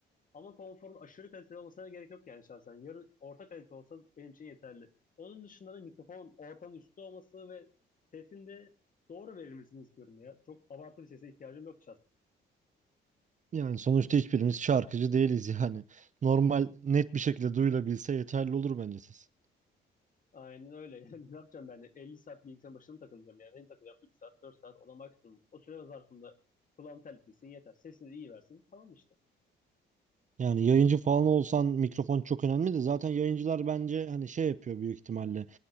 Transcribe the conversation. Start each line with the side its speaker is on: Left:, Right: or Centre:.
Left: Ama konforun aşırı kaliteli olmasına gerek yok yani şahsen. Yarı orta kalite olsa benim için yeterli. Onun dışında da mikrofon ortanın üstü olması ve sesin de doğru verilmesini istiyorum ya. Çok abartılı bir sese ihtiyacım yok
Right: Yani sonuçta hiçbirimiz şarkıcı değiliz yani. Normal net bir şekilde duyulabilse yeterli olur bence ses.
Left: Aynen öyle. <laughs> Yani ne yapacağım ben de? 50 saat bilgisayarın başına mı takılacağım yani? Ben takılacağım 3 saat, 4 saat ona maksimum. O süre zarfında kulağım terletmesin yeter. Sesini de iyi versin. Tamam işte.
Right: Yani yayıncı falan olsan mikrofon çok önemli de zaten yayıncılar bence hani şey yapıyor büyük ihtimalle.